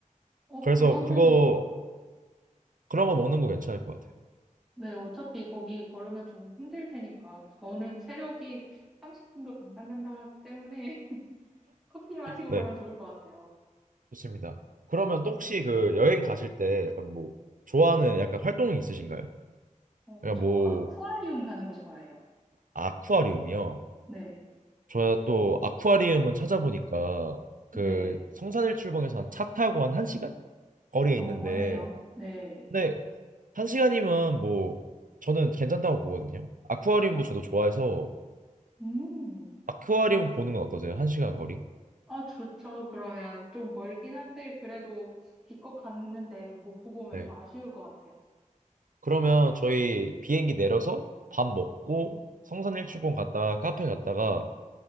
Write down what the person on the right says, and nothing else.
그래서
그거
그런 거 먹는 거 괜찮을 것 같아요.
네.
좋습니다. 그러면 또 혹시 그 여행 가실 때 약간 뭐 좋아하는 약간 활동이 있으신가요?
약간
뭐
아쿠아리움이요.
저또 아쿠아리움은 찾아보니까
그 성산일출봉에서 한 차 타고 한 1시간 거리에
있는데
근데 1시간이면 뭐 저는 괜찮다고 보거든요. 아쿠아리움도
저도 좋아해서
아쿠아리움 보는 건 어떠세요? 1시간 거리?
네.
그러면 저희 비행기 내려서 밥 먹고 성산일출봉 갔다가 카페 갔다가